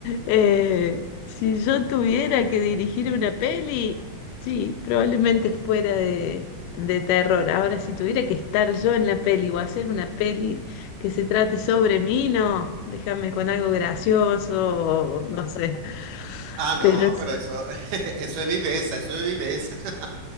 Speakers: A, on the left; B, on the right.
A: eh, si yo tuviera que dirigir una peli, sí, probablemente fuera de, de terror. Ahora, si tuviera que estar yo en la peli o hacer una peli que se trate sobre mí, no, déjame con algo gracioso, o no sé.
B: Ah, no,
A: Pero
B: pero eso, <laughs> eso es viveza, eso es viveza. <laughs>